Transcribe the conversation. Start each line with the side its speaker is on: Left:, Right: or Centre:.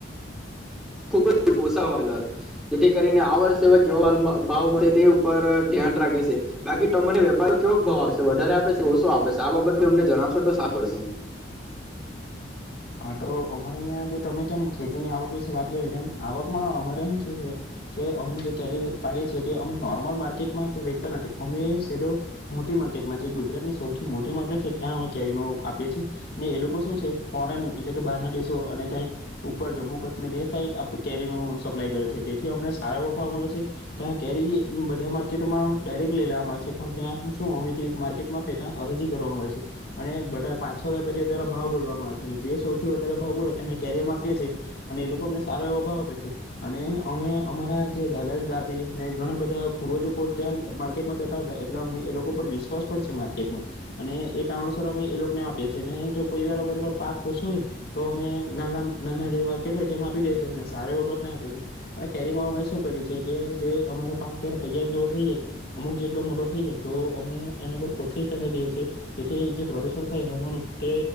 Centre: ખુબ જ ઓસાવા વાગલો જેથી કરીને આ, વર્ષે કે ભાવ મળે તે, ઉપર ધ્યાન રાખે છે બાકી તમને વેપારી કેવો ભાવ આપશે વધારે આપે છે ઓછો આપે છે આ બાબત અમને જણાવશો તો સા પડશે.
Left: હા, તો અમારે અહં જે તમે કેમ ખેતીની આવક વિશે વાત કરી તેમ આવકમાં અમારે શું શ છે કે અમે જે કેરી પાડીએ છીએ તે અમે નોર્મલ માર્કેટમાં કે વેચતા નથી અમે સીધો મોટી માર્કેટમાં જે ગુજરાતની સૌથી મોટી માર્કેટ છે ત્યાં અમે કેરી ન આપીએ છીએ ને એ લોકો શું છે. ફોરેન એટલે કે, બહારના દેશો અને ત્યાં ઉપર જમ્મુ કાશ્મીર એ સાઈડ આપણી કેરીનું સપ્લાય કરે છે તેથી અમને સારા એવો ભાવ મળે છે ત્યાં કેરી બધા માર્કેટોમાં ડાયરેક્ટ લઈ લેવામાં આવે છે પણ ત્યાં શું અમેજી એક માર્કેટમાં પે ત અરજી કરવામાં આવે છે અને બધા પાંચ છો વેપારીઓ દ્વારા ભાવ બોલવામાં આવે છે. જે, સૌથી વધારે ભાવ બો હતા એને કેરિયરમાં આપીએ છીએ અને એ લોકો અમને સારો એવો ભાવ આપે છે અને અમે અમારા જે દાદા દાદી ને ઘણા બધા પૂર્વજ ત્યાં માર્કેટમાં જતા હતા એટલે અમને એ લોકો પર વિશ્વાસ પણ છે માર્કેટમાં અને એ કારણોસર અમે એ લોકોને આપીએ છીએ અને જો કોઈ વાર અમારે પાક. કો હોય તો, અમેના નાના જે માર્કેટ હોય તેમાં આપી દેીએ અને સારો એવો પાક ન આપીએએ અને કેરીમાં અમે શું કરીએ છેીએ કે જે અમારો પાક જ્યારે તૈયાર જેવો થઈ જાય અમુક જેટલો મોટો થઈ જાય તો અમે એના પર કોથરી ફેલાવી દેએ છીએ જેથી જે પ્રદુષણ થાય હોવાનું તે